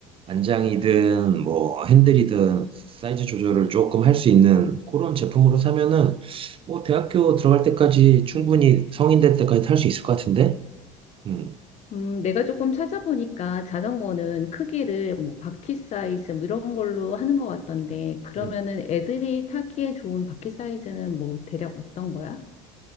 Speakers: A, on the right; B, on the left.
A: 안장이든 뭐 핸들이든 사이즈 조절을 조금 할 수 있는 그런 제품으로 사면은 뭐 대학교 들어갈 때까지 충분히 성인 될 때까지 탈 수 있을 것 같은데? 음.
B: 음, 내가 조금 찾아보니까 자전거는 크기를 뭐 바퀴 사이즈 뭐 이런 걸로 하는 것 같던데 그러면은
A: 음.
B: 애들이 타기에 좋은 바퀴 사이즈는 뭐 대략 어떤 거야?